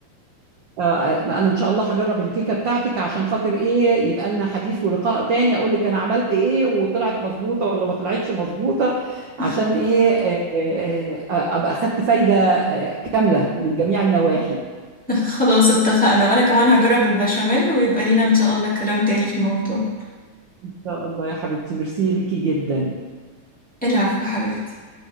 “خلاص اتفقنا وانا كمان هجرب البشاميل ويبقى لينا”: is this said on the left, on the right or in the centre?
Centre